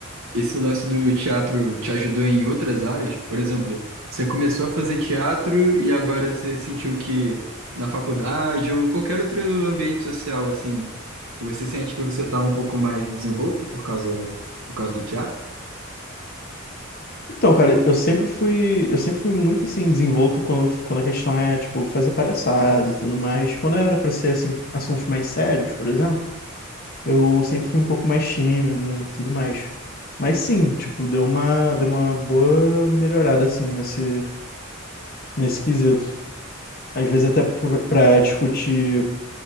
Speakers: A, on the right (about 80°); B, on the left (about 45°).
A: Esse lance do teatro te ajudou em outras áreas? Por exemplo, você começou a fazer teatro e agora você sentiu que na faculdade ou qualquer outro ambiente social, assim, você sente que você está um pouco mais desenvolto por causa, por causa do teatro?
B: Então, cara, eu sempre fui, eu sempre fui muito assim desenvolto quando, quando a questão é tipo fazer palhaçada, e tudo mais. Quando era pra ser assim assuntos mais sérios, por exemplo, eu sempre fui um pouco mais tímido, e tudo mais. Mas sim, tipo, deu uma, deu uma boa melhorada assim nesse nesse quesito. Às vezes até pr- pra discutir